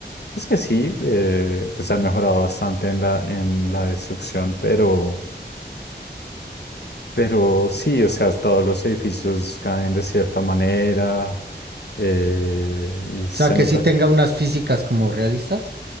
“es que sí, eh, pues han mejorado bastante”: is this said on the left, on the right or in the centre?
Left